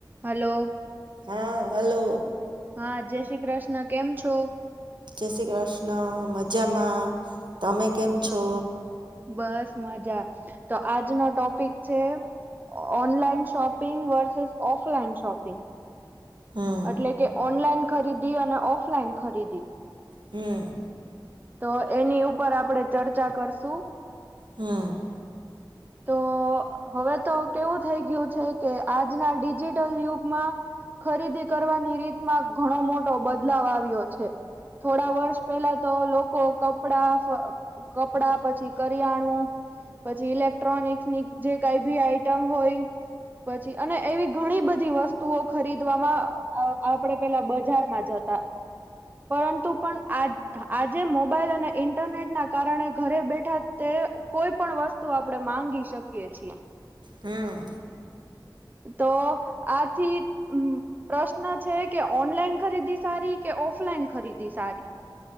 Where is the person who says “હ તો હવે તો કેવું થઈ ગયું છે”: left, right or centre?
Right